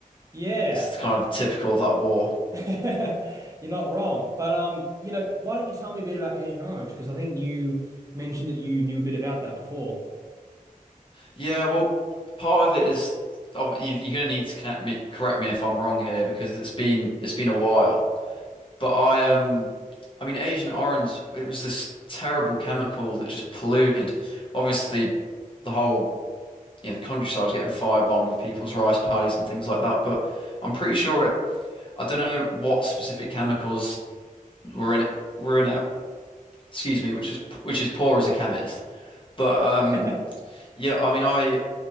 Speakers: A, on the right; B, on the left.
A: Yeah,
B: It's kind of typical of that war.
A: <laughs> You're not wrong. But um, you know, why don't you tell me a bit about Agent Orange? Because I think you mentioned that you knew a bit about that before.
B: Yeah, well, part of it is of- you- you're gonna need to connect me, correct me if I'm wrong here because it's been it's been a while. But I um, I mean, Agent Orange, it was this terrible chemical that just polluted, obviously, the whole you know, the countryside was getting firebombed with people's rice paddies and things like that. But I'm pretty sure it, I don't know what specific chemicals were in it, were in it, excuse me, which is which is poor as a chemist. But um,
A: <laughs>
B: yeah, I mean, I